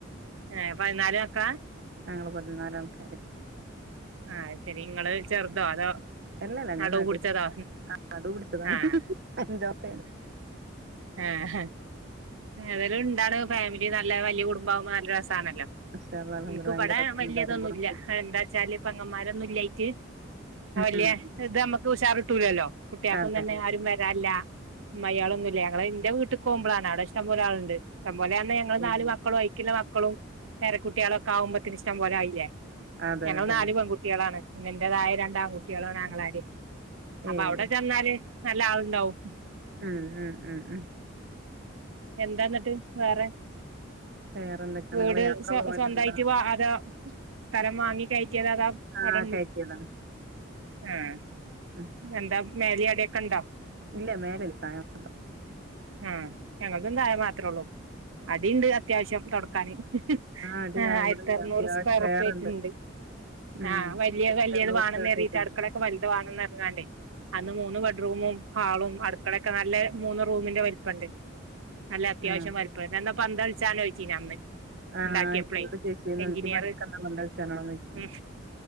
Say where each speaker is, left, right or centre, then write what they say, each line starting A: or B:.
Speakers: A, on the right; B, on the right.
A: ഏ പതിനാല് മക്കളാ
B: ഞങ്ങള് പതിനാല് ആൾക്കാര്
A: ആഹ് ശെരി നിങ്ങള് ചെറുതോ അതോ
B: അല്ലല്ല ഞാൻ
A: അടുവ്
B: നടു
A: കുടിച്ചതാ
B: നടു പിടിച്ചതാണ്
A: ആഹ്
B: അഞ്ചാമത്തെയാണ്
A: ആഹ് അത ഉണ്ടാവുന്ന ഫാമിലി നല്ല വലിയ കുടുംബം ആവുമ്പോൾ നല്ലരസം ണല്ലോ
B: മാഷാ അല്ലാഹ് അൽഹംദുലില്ലാഹ്
A: എനിക്ക്
B: ഭയങ്കര
A: വിടെ
B: രസണ്ട്
A: വലിയതൊന്നും
B: എല്ലാരും കൂടെ
A: ഇല്ല എന്താ വച്ചാല് പങ്ങന്മാരൊന്നും ഇല്ലായിട്ട് വല്യ
B: ഉം
A: ഇത് നമ്മുക്ക് ഉഷാറ്കിട്ടൂലല്ലോ കുട്ടികൾക്കൊന്നും
B: അതെ
A: തന്നെ
B: അതെ
A: ആരും വരാ ല്ല അമ്മായാളൊന്നുമല്ല ഞങ്ങള് എന്റെ വീട്ട പോവുംമ്പളാണ് അവിടെ ഇഷ്ട്ടം പോലെ ആളുണ്ട് ഇഷ്ട്ടമ്പോലന്ന ഞങ്ങള്
B: ഉം
A: നാല് മക്കളും അതിക്കുള്ള മക്കളും പേര കുട്ടികളൊക്കെ ആകുമ്പോത്തിന് ഇഷ്ടം പോലെ ആയില്ലേ
B: അതെ
A: ഞങ്ങൾ
B: അതെ
A: നാല്
B: അതെ
A: പെൺകുട്ടികളാണ് എന്റേതായെ രണ്ട് ആൺ കുട്ടികളാണ്. ആങ്ങളാര് അപ്പൊ
B: ഏഹ്
A: അവിടെ ചെന്നാല് നല്ല ആളുണ്ടാവും
B: ഉം ഉം ഉം ഉം
A: എന്താ ഇന്ന്ട്ട് വേറെ
B: വേറെന്തൊക്കെയാണ്
A: വീട്
B: നിങ്ങള് യാത്ര
A: സ്വന്തായിറ്റ്
B: പോവലുണ്ടോ?
A: വാ അതൊ സ്ഥലം വാങ്ങി കഴറ്റിയതൊ അതൊ
B: ആഹ്
A: അവടൺ
B: കയറ്റിയതാണ്
A: ആഹ്
B: ഉം
A: എന്താ മേലി അടിക്കെണ്ടോ
B: ഇല്ല മേലെ ഇല്ല താഴെ മാത്രം
A: ആഹ് ഞങ്ങക്കും തായെ മാത്രൊള്ളു. അടിണ്ട് അത്യാവശ്യം തൊടക്കാന്
B: അടി
A: ആഹ്
B: താഴെ
A: ആയിരത്തർന്നൂറ്
B: ഇവിടെണ്ട് അത്യാവശ്യം
A: സ്ക്വയർ
B: വേറെണ്ട്
A: ഫീറ്റ്ണ്ട്
B: ഉം
A: ആഹ് വല്യ വല്യത്
B: തൊണ്ണൂറ്
A: വേണം
B: സ്ക്വയർ
A: ന്നെരിതിട്ട്
B: ഫീറ്റ്ണ്ട്
A: അടുക്കളൊക്കെ വൽത് വാണംന്ന അന്ന് മൂന്ന് ബഡ്റൂമും ഹാളും അടുക്കളൊക്കെ നല്ല മൂന്ന് റൂമിന്റെ വൽപ്പണ്ട് നല്ല അത്യാവശം
B: ആഹ്
A: വൽപ്പം തന്താ പന്തള്ച്ചാനൊയ്ച്ചീനു അന്ന്
B: ആഹ്
A: ഇണ്ടാക്കിയപ്ളെ
B: ഇന്നോട് ചോയിച്ചിരുന്നു
A: എഞ്ചിനീയറ്
B: അനക്ക് പണ്ടക്കെന്താ പന്ത് കളിച്ചാനാണോന്ന് ചോയിച്ചിരുന്നു
A: അ